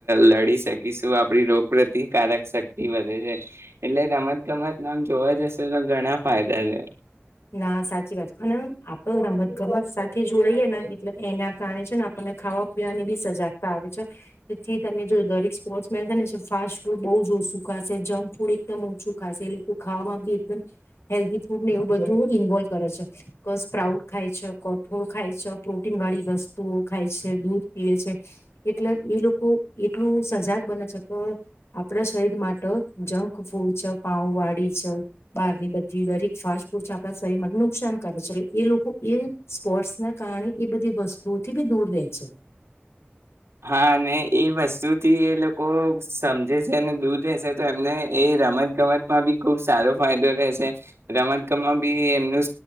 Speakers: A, on the right; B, on the left.
A: લડી શકીશું આપણી રોગ પ્રતિકારક શક્તિ વધે છે એટલે રમત ગમત નામ જોવા જશે તો ઘણા ફાયદા છે
B: ના સાચી વાત અને આપે રમત ગમત સાથે જોડાઈએ ને એટલે એના કારણે છે ને આપણને ખાવા પીવાની બી સજાગતા આવે છે જેથી તમે જો દરેક સ્પોર્ટ્સ મેનને ફાસ્ટ ફૂડ બહ જ ઓછું ખાશે જંક ફૂડ એકદમ ઓછું ખાશે એ લોકો ખાવામાં બી એકમ હેલ્ધી ફૂડ ને એવ બધું ઇન્વોલ્વ કરે છે કે સ્પ્રાઉટ ખાય છે કોઠોળ ખાય છે પ્રોટીન વાળી વસ્તુઓ ખાય છે દૂધ પીવે છે એટલે એ લોકો એટલું સજાગ બને છે કે આપણા શરીર માટે જંક ફૂડ છે પાઉ વાળી છે બહારની બધી દરેક ફાસ્ટ આપણા શરીર માટે નુકસાન કરે છે એટલે એ લોકો એ સ્પોર્ટ્સ ના કારણે એ બધી વસ્તુઓથી બી દૂર રહે છે
A: હા એ વસ્તુથી એ લોકો સમજે છે અને દૂર રહે છે તો એમને એ રમત ગમતમાં બી ખૂબ સારો ફાયદો રહે છે રમત ગમત બી એમનું